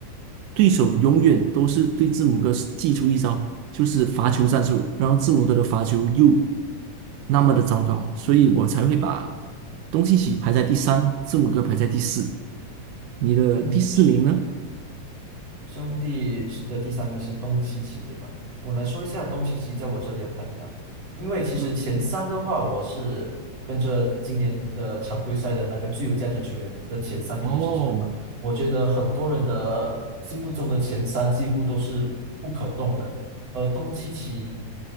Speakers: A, on the right; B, on the right.
A: 对手永远都是对字母哥祭出一招，就是罚球战术，然后字母哥的罚球又那么的糟糕，所以我才会把东契奇排在第三，字母哥排在第四。你的第四名呢？
B: 嗯。兄弟的第三名是东契奇，对吧？我来说一下东契奇在我这里的排名啊，因为其实前三的话，
A: 嗯
B: 我是跟着今年的常规赛的那个最有价值球员的前三名也是这个嘛。
A: 哦，
B: 我觉得很多人的心目中的前三几乎都是不可动的，而东契奇